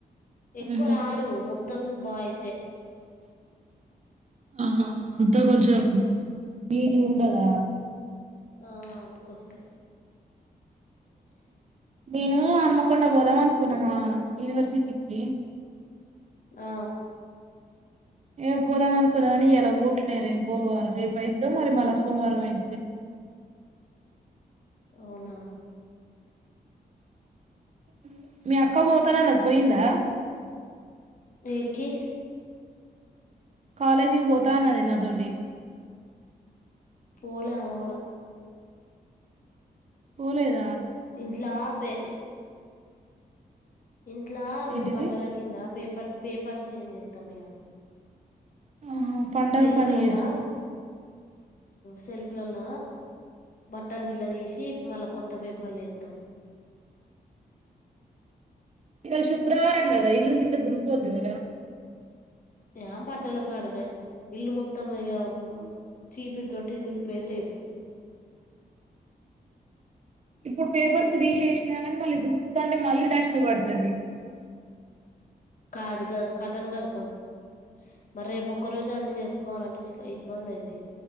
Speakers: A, on the left; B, on the right.
A: ఎక్కువ
B: ఉహు
A: రారు మొత్తం బాయ్సే
B: ఆహా అంత కొంచం మీకి ఉండదా
A: ఆ అందుకోసమే
B: నేను అమ్మకుండ పోదాం అనుకు మన యూనివర్సిటీ కి
A: ఆ
B: ఏ పోదాం అనుకున్నా కాని ఇయాలపోవట్లే రేపు పోవాల రేపు అయితే మరి మళ్ళ సోమవారం అయిదు
A: అవున
B: అ మీ అక్క పోతానన్నది పోయిందా
A: యేడికి
B: కాలేజీ పోతాన్నది నాతోటి
A: పోల అమే కూడా
B: పోలేద
A: ఇంట్ల పే ఇంట్ల అవి
B: ఏంటిది
A: బట్టల కింద పేప్ పర్స్ పేపర్స్ చేంజ్ చేతం ఇగ
B: ఆహా పండగ
A: సెల్ఫ్
B: పని
A: లల్ల
B: చేసుకుంటా
A: సెల్ఫ్ లల్ల బట్టలు గిట్ల తీసి మళ్ళా కొత్త పేపర్లు ఏతం
B: ఈరోజు శుక్రవారం గద ఇల్లు గిట్ల దులుపుపోదు కదా
A: ఏం బట్టల కాడక ఇల్లు మొత్తం ఇక చీపిరీ తొటి ధూళిపేది రేపు
B: ఇప్పుడు పేపర్స్ తీసేసి నిర్మల్ కానీ మళ్ళీ డస్ట్ పడుతుంది
A: కాదు కటన్ కడతాం మరి రేపు ఒక్క రోజు అన్ని చేసుకోవాలంటే ఇబ్బంది అయిది